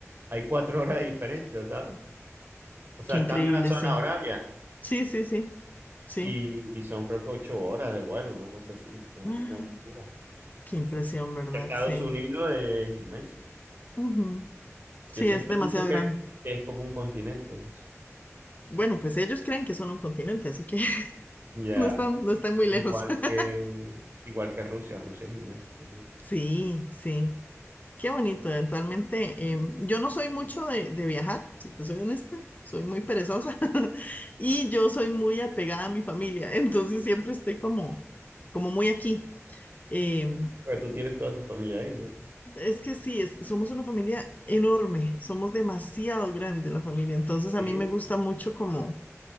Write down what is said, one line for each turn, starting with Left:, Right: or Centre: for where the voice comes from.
Right: hay cuatro horas de diferencia, ¿sabes? O sea,
Left: Qué increíble,
Right: cambia la zona
Left: sí.
Right: horaria
Left: Sí, sí, sí, sí.
Right: y, y son creo que ocho horas de vuelo, una cosa así, ah, una
Left: Ah,
Right: locura.
Left: Qué impresión,
Right: Sí.
Left: ¿verdad?
Right: Es que Estados
Left: Sí.
Right: Unidos es inmenso.
Left: Ujú. Sí,
Right: Yo siempre
Left: es demasiado
Right: he dicho que,
Left: grande.
Right: que es como un continente eso.
Left: Bueno, pues ellos creen que son un continente, así que <laughs>
Right: Ya,
Left: no están, no están muy lejos.
Right: Igual
Left: <laughs>
Right: que, igual que Rusia, Rusia es inmenso también.
Left: Sí, sí. Qué bonito, eventualmente. em, yo no soy mucho de, de viajar, si te soy honesta, soy muy perezosa <laughs> y yo soy muy apegada a mi familia, <laughs> entonces siempre estoy como, como muy aquí. Em,
Right: Pero tú tienes toda tu familia ahí, ¿no?
Left: es que sí, es- somos una familia enorme, somos demasiado grande la familia, entonces a
Right: Sí,
Left: mí me gusta mucho como